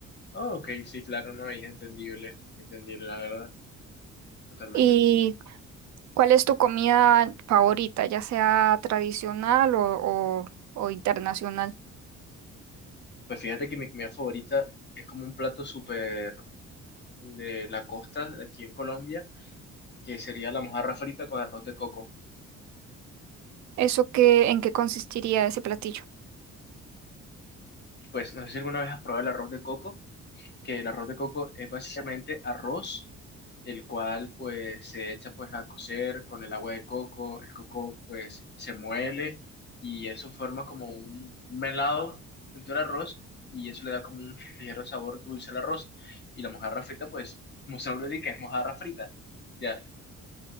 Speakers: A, on the left (about 35°); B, on the right (about 65°).
A: Ah, ok, sí, claro, no, es entendible, entendible, la verdad, totalmente
B: ¿Y
A: entendible.
B: cuál es tu comida favorita, ya sea tradicional o, o o internacional?
A: Pues fíjate que mi comida favorita es como un plato súper de la costa de aquí en Colombia que sería la mojarra frita con arroz de coco.
B: ¿Eso qué, en qué consistiría ese platillo?
A: Pues no sé si alguna vez has probado el arroz de coco, que el arroz de coco es básicamente arroz, el cual pues se echa pues a cocer con el agua de coco, el coco pues se muele y eso forma como un, un melado junto al arroz y eso le da como un ligero sabor dulce al arroz. Y la mojarra frita pues, como su nombre indica, es mojarra frita. Ya,